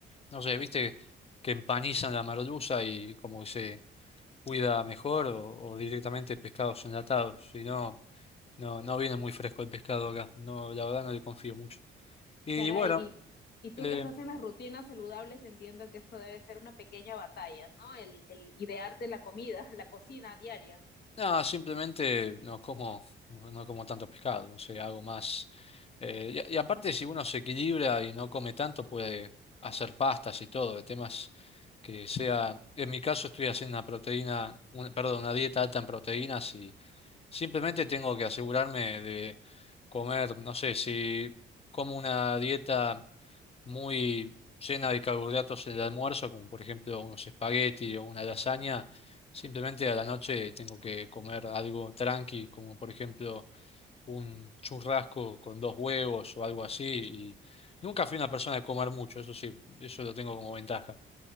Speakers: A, on the left; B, on the left.
A: No sé, viste que empanizan la merluza y como que se cuida mejor o, o directamente pescados enlatados. Si no, no, no viene muy fresco el pescado acá. No, la verdad no le confío mucho. Y
B: Caray,
A: bueno,
B: y, y tú
A: em,
B: que estás en las rutinas saludables, entiendo que esto debe ser una pequeña batalla, ¿no? El, el idearte la comida, <laughs> la cocina diaria.
A: No, simplemente no como, no no como tanto pescado, no sé, algo más. eh, y, y aparte, si uno se equilibra y no come tanto, puede hacer pastas y todo, de temas que sea. En mi caso, estoy haciendo una proteína, una- perdón, una dieta alta en proteínas y simplemente tengo que asegurarme de comer, no sé, si como una dieta muy llena de carbohidratos en el almuerzo, como por ejemplo unos espagueti o una lasaña. Simplemente a la noche tengo que comer algo tranqui, como por ejemplo un churrasco con dos huevos o algo así. Y nunca fui una persona de comer mucho, eso sí, eso lo tengo como ventaja.